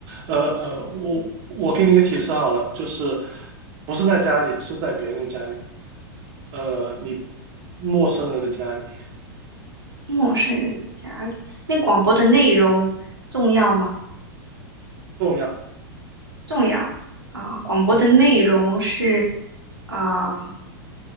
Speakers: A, on the right (about 40°); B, on the right (about 85°).
A: 呃呃，我我给你一个提示好了，就是不是在家里，是在别人的家里，呃，你陌生人的家里
B: 陌生人的家里，那广播的内容重要吗？
A: 重要。
B: 重要啊，广播的内容是
A: 嗯，
B: 啊。